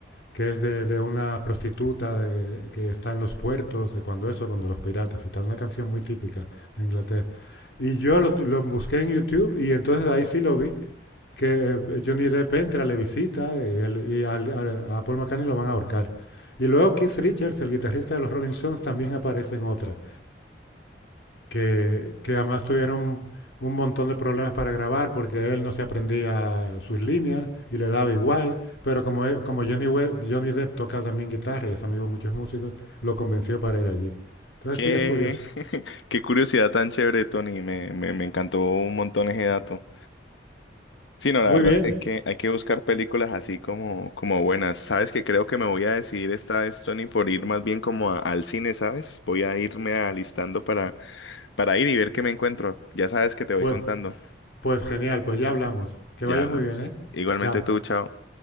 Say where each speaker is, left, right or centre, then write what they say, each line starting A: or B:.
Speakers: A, on the left; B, on the left.
A: que es de, de una prostituta de- que está en los puertos, de cuando eso, cuando los piratas y tal, una canción muy típica de Inglaterra. Y yo lo, lo busqué en YouTube y entonces ahí sí lo vi, que eh, Johnny Depp entra, le visita y, él- y al- al- a Paul McCartney lo van a ahorcar. Y luego Keith Richards, el guitarrista de los Rolling Stones, también aparece en otra que, que además tuvieron un montón de problemas para grabar porque él no se aprendía sus líneas y le daba igual, pero como, él- como Johnny, We- Johnny Depp toca también guitarra y es amigo de muchos músicos, lo convenció para ir allí. Entonces
B: Qué,
A: sí, es curioso.
B: <laughs> qué curiosidad tan chévere, Tony. Me, me, me encantó un montón ese dato. Sí, no, la
A: Muy
B: verdad
A: bien,
B: es que hay que hay que buscar películas así como, como buenas. Sabes que creo que me voy a decidir esta vez, Tony, por ir más bien como a- al cine, ¿sabes? Voy a irme alistando para, para ir y ver qué me encuentro. Ya sabes que te voy
A: pues,
B: contando.
A: pues genial, pues ya hablamos. Que
B: Ya
A: vaya
B: hablamos.
A: muy bien, ¿eh?
B: Igualmente
A: Chao.
B: tú, chao.